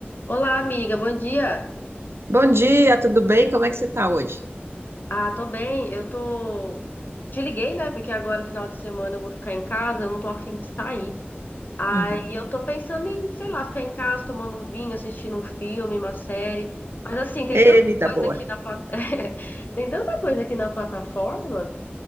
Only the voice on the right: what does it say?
Bom dia, tudo bem? Como é que você está hoje?
Uhum,
Ei,
vida
boa.